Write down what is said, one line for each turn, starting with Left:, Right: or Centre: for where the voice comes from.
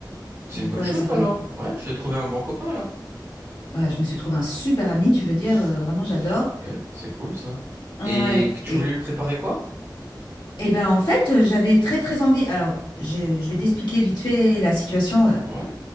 Right: C'est
Left: Donc
Right: une bonne
Left: ouais,
Right: chose
Left: ça
Right: alors.
Left: fait...
Right: Ouais, tu as trouvé un bon copain alors.
Left: Ouais, je me suis trouvé un super ami, tu veux dire,
Right: S-
Left: euh, vraiment, j'adore.
Right: Super, c'est cool ça.
Left: Ouais,
Right: Et que tu
Left: et,
Right: voulais lui préparer quoi?
Left: et ben en fait, euh, j'avais très très envie. Alors, je, je vais t'expliquer vite fait la situation.
Right: Ouais.